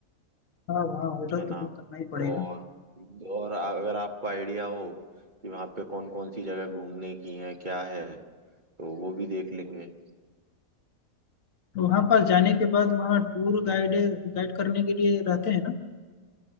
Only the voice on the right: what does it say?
है ना
और और अगर आपको आइडिया हो कि वहाँ पे कौन कौन सी जगह घूमने की है क्या है तो वो भी देख लेंगे